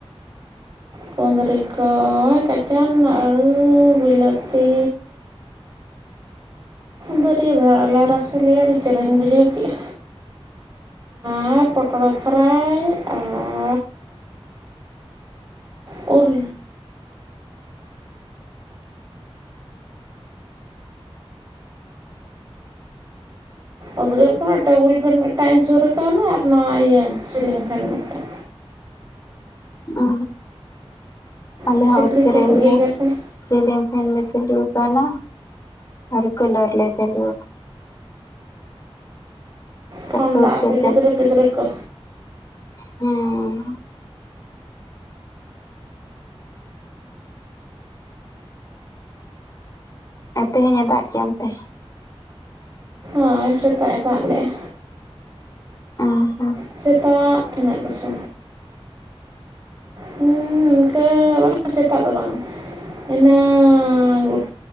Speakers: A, on the right; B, on the left.
A: ᱠᱩᱸᱫᱽᱨᱤ ᱠᱚ ᱠᱟᱪᱟᱱ ᱟᱹᱲᱩ ᱵᱤᱞᱟᱹᱛᱤ ᱫᱟᱹᱨᱭᱟᱹ ᱫᱷᱟᱨᱟᱞᱮ ᱨᱟᱥᱮ ᱞᱮ ᱟᱹᱰᱤ ᱪᱮᱦᱨᱟᱧ ᱵᱩᱡᱷᱟᱹᱣ ᱠᱮᱜᱼᱟ ᱟᱨ ᱯᱚᱴᱚᱞ ᱯᱷᱨᱟᱭ ᱟᱨ ᱩᱞ ᱩᱫᱽᱜᱟᱹᱨ ᱠᱟᱱᱟ ᱴᱟᱵᱩᱞ ᱯᱷᱮᱱ ᱢᱤᱫᱴᱟᱝ ᱤᱧ ᱥᱩᱨ ᱠᱟᱣᱱᱟ ᱟᱨ ᱱᱚᱣᱟ ᱤᱭᱟᱹ ᱥᱤᱞᱤᱝ ᱯᱷᱮᱱ ᱢᱤᱫᱴᱟᱝ
B: ᱚ ᱟᱞᱮ
A: ᱥᱤᱠᱲᱤᱡ
B: ᱦᱚᱸ ᱩᱫᱽᱜᱟᱹ
A: ᱠᱚᱠᱚ
B: ᱨᱮᱫ ᱞᱮᱭᱟ
A: ᱜᱮᱜᱮᱨ ᱠᱟᱱᱟ
B: ᱥᱤᱞᱤᱝ ᱯᱷᱮᱱ ᱞᱮ ᱪᱟᱹᱞᱩ ᱠᱟᱣᱱᱟ ᱟᱨ ᱠᱩᱞᱟᱨ ᱞᱮ ᱪᱟᱹᱞᱩ ᱥᱚᱠᱛᱚ
A: ᱴᱷᱚᱱᱰᱟ
B: ᱩᱫᱽᱜᱟᱹᱨ
A: ᱟᱠᱚ ᱜᱤᱫᱽᱨᱟᱹ ᱯᱤᱫᱽᱨᱟᱹ ᱠᱚ
B: ᱦᱩᱸᱻ ᱟᱨ ᱛᱮᱦᱮᱧ ᱮ ᱫᱟᱜ ᱠᱮᱫᱼᱟ ᱚᱱᱛᱮ
A: ᱦᱳᱭ ᱥᱮᱛᱟᱜ ᱮ ᱫᱟᱜ ᱞᱮᱜᱼᱟ
B: ᱟ ᱦᱚᱸ
A: ᱥᱮᱛᱟᱜ ᱛᱤᱱᱟᱹᱜ ᱠᱚᱥᱮ ᱦᱩᱸ ᱤᱱᱠᱟᱹ ᱵᱟᱝ ᱥᱮᱛᱟᱜ ᱫᱚ ᱵᱟᱝᱟ ᱤᱱᱟᱝᱻ